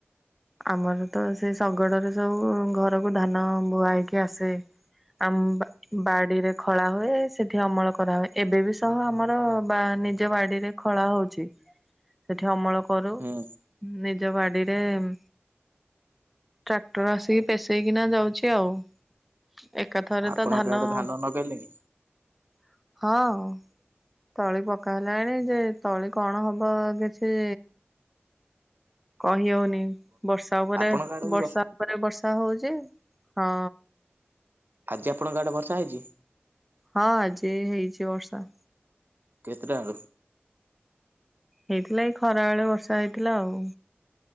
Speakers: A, in the centre; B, on the right.
A: ଆମର ତ ସେ ଶଗଡରେ ସବୁ ଘରକୁ ଧାନ ବୁହା ହେଇକି ଆସେ। ଆ ମ୍ବା ବାଡିରେ ଖଳା ହୁଏ ସେଠି ଅମଳ କରାହୁଏ ଏବେ ବି ସହ ଆମର ବା ନିଜ ବାଡିରେ ଖଳା ହଉଚି ସେଠି ଅମଳ କରୁ
B: ହୁଁ।
A: ନିଜ ବାଡିରେ ଉଁ ଟ୍ରାକ୍ଟର ଆସିକି ପସେଇକିନା ଯାଉଛି ଆଉ। ଏକାଥରେ
B: ଆପଣଙ୍କ
A: ତ ଧାନ
B: ଆଡେ
A: ଅ
B: ଲଗେଇଲେଣି
A: ହଁ ତଳି ପକା ହେଲାଣି ଯେ ତଳି କଣ ହବ କିଛି କହି ହଉନି ବର୍ଷା ଉପରେ
B: ଆପଣଙ୍କ ଆଡେ ବି
A: ବର୍ଷା ଉପରେ ବର୍ଷା ହଉଛି ହଁ
B: ଆଜି ଆପଣଙ୍କ ଆଡ଼େ ବର୍ଷା ହେଇଛି?
A: ହଁ! ଆଜି ହେଇଛି ବର୍ଷା!
B: କେତେଟା ବେଳୁ?
A: ହେଇଥିଲା? ଏଇ ଖରା ବେଳେ ବର୍ଷା ହେଇଥିଲା ଆଉ!